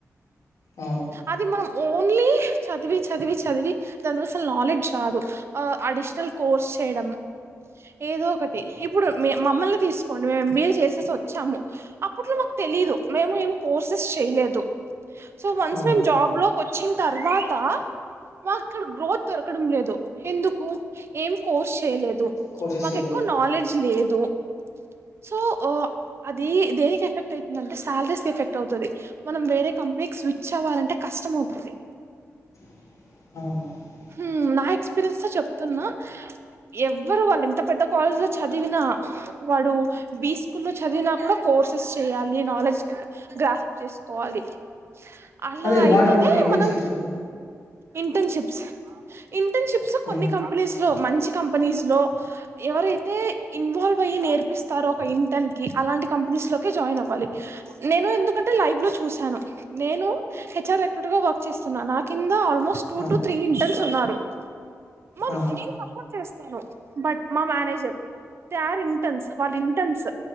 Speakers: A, on the left; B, on the right.
A: అవును
B: అది మనం ఓన్లీ చదివి చదివి చదివి దానసలు నాలెడ్జ్ రాదు ఆ అడిషనల్ కోర్స్ చేయడం ఏదో ఒకటి ఇప్పుడు మే మమ్మల్ని తీసుకోండి మేం ఏం బి ఏ చేసేసి వచ్చాము ఆ ప్పుట్లో మాకు తెలీదు మేము ఏం కో సెస్ చెయ్ లేదు సో వన్స్
A: అవును
B: మేము జాబ్ లోకొచ్చిన్ తర్వాత మాకు ఇక్కడ గ్రోత్ దొరకడం లేదు ఎందుకు ఏం కోర్స్ చేయలే దు
A: కోర్సెస్
B: మాకు
A: చేయలేదు
B: ఎక్కువ నాలెడ్జ్ లేదు సో ఓ అది దేనికి ఎఫెక్ట్ ఐతుందంటే శాలరీస్ ఎఫెక్ట్ ఔతది మనం వేరే కంపెనీకి స్విచ్ అవ్వాలంటే కష్టం ఔతది
A: అవును
B: ఉమ్మ్ నా‌ ఎక్స్ పీరియన్స్ తో చెప్తున్నా ఎవ్వరు వాళ్ళు ఎంత పెద్ద కాలేజ్ లో చదివినా వాడు బి స్కూల్లో లో చదివినా కూడా కోర్సెస్ చయ్యాలి నాలెడ్జ్ గ్రాస్ప్ చేసుకోవాలి అలా
A: అదే
B: అయితేనే
A: వాట్ అబౌట్ ఇంటర్న్షిప్స్
B: మనం
A: <inaudible>
B: ఇంటర్న్షిప్స్ ఇన్ ఇంటన్షిప్స్ కొన్ని
A: ఆ
B: కంపెనీస్ లో మంచి కంపెనీస్ లో ఎవరైతే ఇన్వాల్వ్ అయ్యి నేర్పిస్తారో ఒక ఇంటర్న్ కి అలాంటి కంపెనీస్ లోకే జాయిన్ అవ్వాలి నేను ఎందుకంటే లైవ్ లో చూశాను నేను హెచ్ ఆర్ రెక్రూట్ గా వర్క్ చేస్తున్నా నా కింద ఆల్ మోస్ట్ టూ
A: ఆ
B: టు త్రీ ఇంటర్న్స్ సున్నారు మం
A: ఆ
B: నేను సపోర్ట్ చేస్ టాను బట్ మా మేనేజర్ దే ఆర్ ఇంటెర్న్స్ వాళ్ళు ఇంటెన్స్